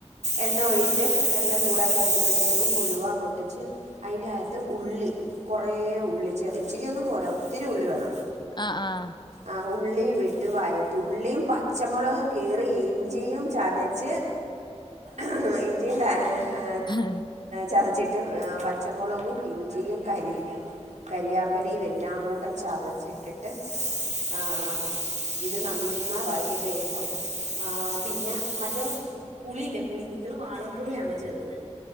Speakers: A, on the right; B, on the left.
A: എണ്ണ ഒഴിച്ച് എണ്ണ ചൂടായി കഴിയുമ്പോഴത്തേക്കും ഉലുവ പൊട്ടിച്ച്. അയിന്റെ അകത്ത് ഉള്ളി കൊറേ ഉള്ളി ചെറി ഇച്ചിരിയൊന്നും പോരാ ഒത്തിരി ഉള്ളി വേണം.
B: ആഹ് ആഹ്
A: ആഹ് ഉള്ളി വിട്ട് വയറ്റി ഉള്ളിയും പച്ചമുളകും കിറി ഇ ഞ്ചിയും ചതച്ച് അഹ് ഞ്ചിയും ഏഹ്
B: ആഹ്
A: ചതച്ചിട്ട് പച്ചമുളകും ഇഞ്ചിയും കരി കരിയാപ്പിലയും എല്ലാം കൂടെ ചതച്ചിട്ടിട്ട് ആഹ് ആഹ് ഇത് നന്ന വഴറ്റി കഴിയുമ്പം ആഹ് പിന്നെ മറ്റേ പുളിയില്ലേ പുളി നിങ്ങള് വാളം പുളിയാണോ ചേർക്കുന്നെ?